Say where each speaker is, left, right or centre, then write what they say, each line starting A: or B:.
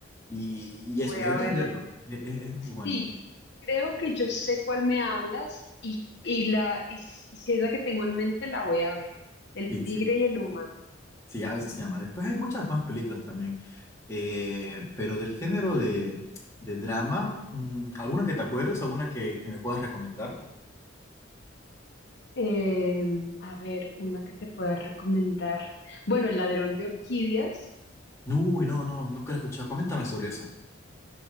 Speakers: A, on the left; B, on the left.
A: y, y
B: Voy
A: eso, deberías
B: a verla
A: verlo.
B: porque
A: E- e- Es, muy bueno.
B: Sí, creo que yo sé cuál me hablas y, y, la, y, s- y si es la que tengo en mente, la voy a ver. El
A: Sí,
B: tigre
A: sí,
B: y el humano.
A: sí, algo así se llama. Después hay muchas más películas también, eh, pero del género de, de drama, mm, ¿alguna que te acuerdes? ¿Alguna que que me puedas recomendar?
B: Eh, a ver, una que te pueda recomendar. Bueno, El ladrón de orquídeas.
A: Uy, no, no, nunca la he escuchado. Coméntame sobre esa.